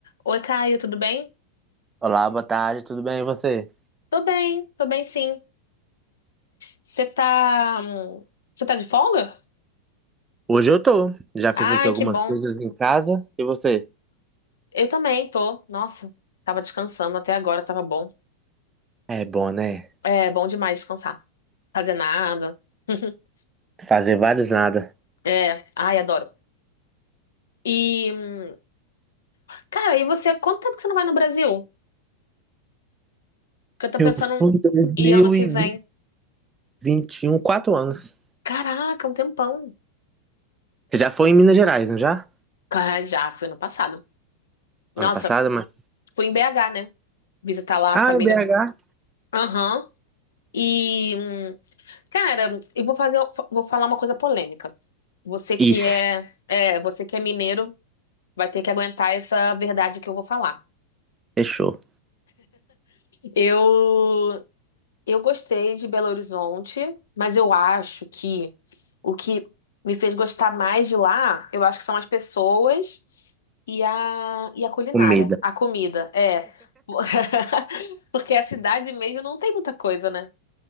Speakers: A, on the left (about 65°); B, on the right (about 15°).
A: Oi, Caio, tudo bem?
B: Olá, boa tarde, tudo bem e você?
A: Tô bem, tô bem sim. Você tá, hum, você tá de folga?
B: Hoje eu tô. Já fiz
A: Ai,
B: aqui algumas
A: que bom.
B: coisas em casa. E você?
A: Eu também tô. Nossa, tava descansando até agora, tava bom.
B: É bom, né?
A: É bom demais descansar, fazer nada. <laughs>
B: Fazer vários nada.
A: É, ai, adoro. E, hum, cara, e você, quanto tempo que você não vai no Brasil? Porque eu tô
B: Eu
A: pensando
B: fui em dois
A: em
B: mil
A: ir ano que
B: e
A: vem.
B: vinte e um quatro anos.
A: Caraca, um tempão.
B: Você já foi em Minas Gerais, não já?
A: Ah, já, foi ano passado. Nossa,
B: Ano passado, mas.
A: fui em BH, né? Visitar lá
B: Ah,
A: a família.
B: em BH.
A: Aham. E hum, Cara, eu vou fazer, vou falar uma coisa polêmica. Você que
B: Ih,
A: é, é, você que é mineiro, vai ter que aguentar essa verdade que eu vou falar.
B: fechou.
A: Eu, eu gostei de Belo Horizonte, mas eu acho que o que me fez gostar mais de lá, eu acho que são as pessoas e a, e a culinária,
B: Comida.
A: a comida, é. <laughs> Porque a cidade mesmo não tem muita coisa, né?